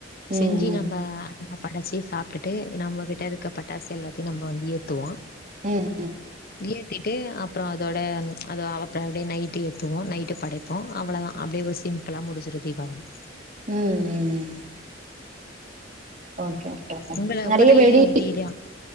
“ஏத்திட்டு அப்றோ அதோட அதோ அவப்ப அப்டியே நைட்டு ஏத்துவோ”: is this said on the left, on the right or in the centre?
Left